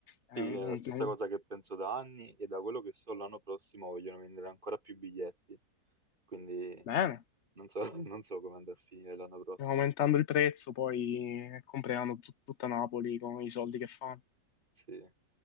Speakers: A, on the left; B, on the right.
A: Eh,
B: Sì,
A: non-
B: è la stessa
A: non-
B: cosa che penso da anni e da quello che so l'anno prossimo vogliono vendere ancora più biglietti, quindi
A: Bene,
B: non so, <laughs> non so come andrà a finire l'anno prossimo.
A: aumentando il prezzo poi compreranno tut- tutta Napoli con i soldi che fanno.
B: Sì.